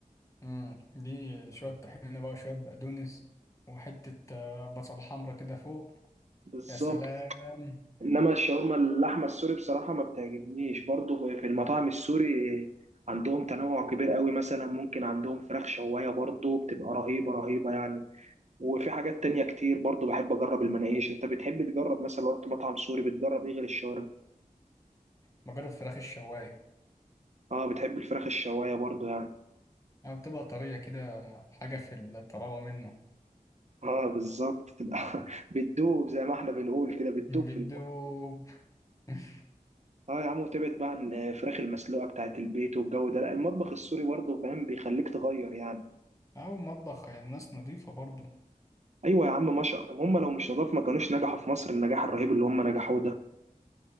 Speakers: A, on the left; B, on the right.
A: امم دي شوية طحينة بقى وشوية بقدونس وحتة آه، بصل حمرا كده فوق
B: بالظبط
A: يا سلام
B: انما الشاورما اللحمه السوري بصراحه ما بتعجبنيش برضو في المطاعم السوري عندهم تنوع كبير قوي مثلا ممكن عندهم فراخ شوايه برضو بتبقى رهيبه رهيبه يعني وفي حاجات تانية كتير برضو بحب اجرب المناقيش انت بتحب تجرب مثلا لو رحت مطعم سوري بتجرب ايه غير الشاورما
A: مجرد فراخ الشواية
B: اه بتحب الفراخ الشوايه برضو يعني
A: يعني بتبقى طرية كده حاجة في الطراوة منه
B: اه بالظبط تبقى <laughs> بتدوب زي ما احنا بنقول كده بتدوب
A: بيدوب
B: في البق
A: <laughs>
B: اه يا عم وتبعد بقى عن الفراخ المسلوقه بتاعت البيت والجو ده لا المطبخ السوري برضه فاهم بيخليك تغير يعني
A: أو مطبخ يعني ناس نظيفة برضه
B: ايوه يا عم ما شاء الله هم لو مش نضاف ما كانوش نجحوا في مصر النجاح الرهيب اللي هم نجحوه ده